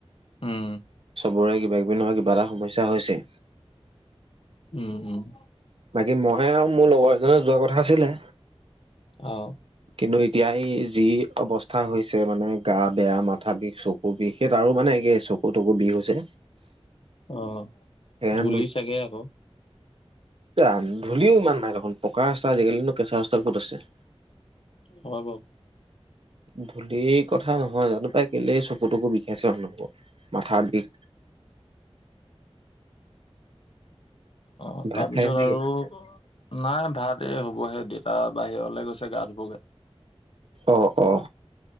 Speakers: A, on the left (about 60°); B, on the right (about 60°).
A: উম',
B: চবৰে কিবা কিবি নহয় কিবা এটা সমস্যা হৈছে।
A: উম', উম',
B: বাকী মইহে আৰু মোৰ লগৰ এজনে যোৱা কথা আছিলে।
A: অ',
B: কিন্তু এতিয়া এই যি অৱস্থা হৈছে মানে গা বেয়া মাথা বিষ চুক। বিষে তাৰো মানে একেই চকু-তকু বিষ হৈছে।
A: অ',
B: সেইকাৰণে
A: ধূলি চাগে আকৌ।
B: এৰা ধূলিও ইমান নাই দেখোন পকা ৰাস্তা আজিকালি কেঁচা ৰাস্তা ক'ত আছে।
A: হয়', বাৰু।
B: ধূলি কথা নহয় জানো পাই কেলে চকু-তকু বিষাইছে হব মাথা বিষ।
A: অ',
B: ভাত
A: তাৰপিছত
B: খাই নেকি?
A: আৰু। নাই ভাত এ' হ'বহে দেউতা বাহিৰলে গৈছে গা ধুবগৈ।
B: অ', অ',